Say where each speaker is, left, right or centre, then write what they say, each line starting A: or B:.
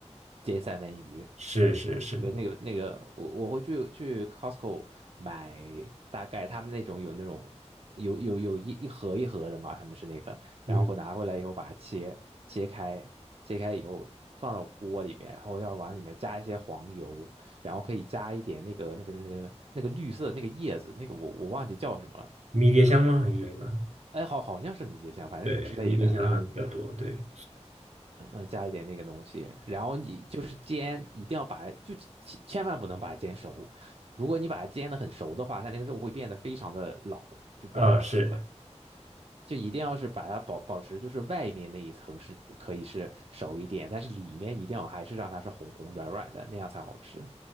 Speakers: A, on the right; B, on the right.
A: 煎三文鱼，
B: 是是是，
A: 我觉得那个那个，我我会去去 Costco 买，大概他们那种有那种有有有一一盒一盒的嘛，他们是那个，然后会拿回来以后把它切切开，
B: 嗯，
A: 切开以后放到锅里面，然后要往里面加一些黄油，然后可以加一点那个那个那个那个那个绿色的那个叶子，那个我我忘记叫什么了。
B: 迷迭香吗？还是什么？
A: 哎，好，好像是迷迭香，反正是之类的，
B: 对，迷迭香好像比较多，
A: 然后，
B: 对，
A: 嗯、呃，加一点那个东西，然后你就是煎，一定要把，就千千万不能把它煎熟，如果你把它煎的很熟的话，它那个肉会变得非常的老，就不好吃了。
B: 啊，是，
A: 就一定要是把它保保持，就是外面那一层是可以是熟一点，但是里面一定要还是让它是红红软软的，那样才好吃。